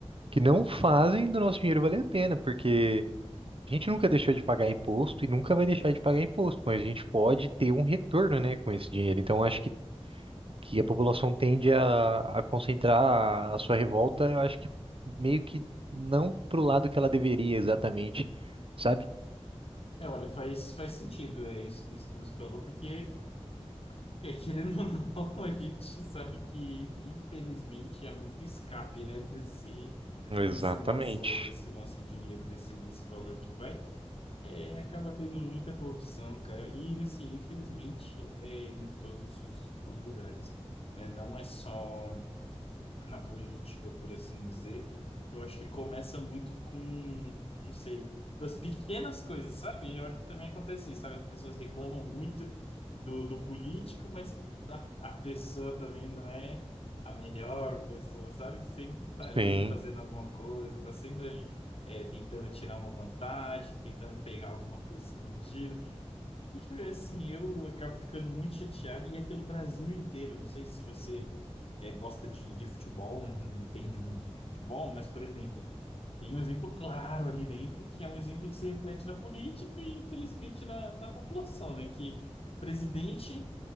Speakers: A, on the right; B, on the left.
A: que não fazem do nosso dinheiro valer a pena, porque a gente nunca deixou de pagar imposto e nunca vai deixar de pagar imposto, mas a gente pode ter um retorno, né, com esse dinheiro. Então, acho que, que a população tende a, a concentrar a sua revolta, eu acho que meio que não pro lado que ela deveria exatamente, sabe?
B: É, olha, faz, faz sentido é isso, isso que você falou, porque É, querendo ou não, <laughs> a gente sabe que, infelizmente, é muito escape, né, desse,
A: Exatamente.
B: desse nosso, desse nosso dinheiro, desse, desse valor que vai. É, acaba tendo muita corrupção, cara. E, assim, infelizmente, é em todos os, os lugares, né? Não é só na política, por assim dizer, eu acho que começa muito com, não sei, das pequenas coisas, sabe? Eu acho que também acontece isso, sabe? As pessoas reclamam muito do, do político, mas a, a pessoa também não é a melhor pessoa, sabe? Sempre tá ali
A: Sim.
B: fazendo alguma coisa, tá sempre ali. é, tentando tirar uma vantagem, tentando pegar alguma coisa escondida. Enfim, assim, eu acabo ficando muito chateado e é pelo Brasil inteiro. Não sei se você é, gosta de, de futebol, não entende muito de futebol, mas, por exemplo, tem um exemplo claro ali dentro, que é um exemplo que se reflete na política e, infelizmente, na, na população, né? Que o presidente